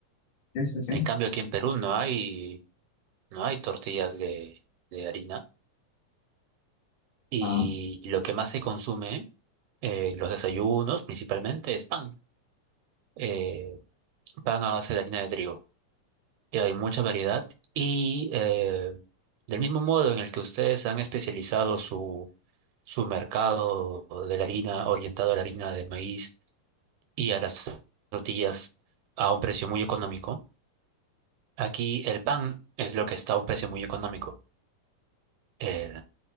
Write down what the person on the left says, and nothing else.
sí, sí. sí.
Ah,